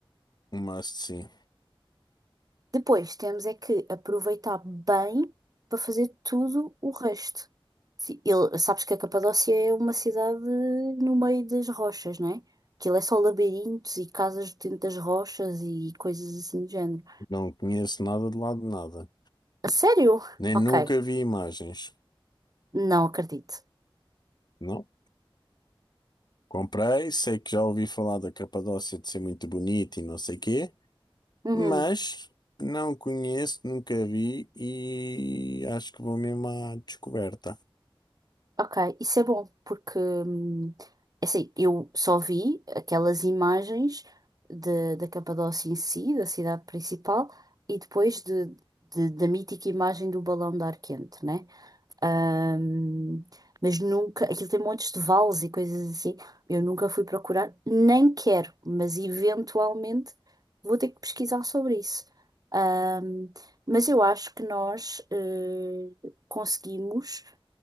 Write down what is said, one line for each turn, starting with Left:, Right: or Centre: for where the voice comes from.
Left: Mas sim,
Right: Depois temos é que aproveitar bem para fazer tudo o resto. Se- ele- sabes que a Capadócia é uma cidade no meio das rochas, não é? Aquilo é só labirintos e casas dentro das rochas e coisas assim do género.
Left: não conheço nada de lado de nada.
Right: A sério?
Left: Nem
Right: Ok,
Left: nunca vi imagens.
Right: não acredito.
Left: Não? Comprei, sei que já ouvi falar da Capadócia de ser muito bonita e não sei quê,
Right: Uhum.
Left: mas não conheço, nunca vi e acho que vou mesmo à descoberta.
Right: Ok, isso é bom, porque hum, é assim, eu só vi aquelas imagens de, da Capadócia em si, da cidade principal, e depois de, de- da mítica imagem do balão de ar quente, né? Hum, mas nunca, aquilo tem montes de vales e coisas assim, eu nunca fui procurar, nem quero, mas eventualmente vou ter que pesquisar sobre isso. Hum, mas eu acho que nós eh, conseguimos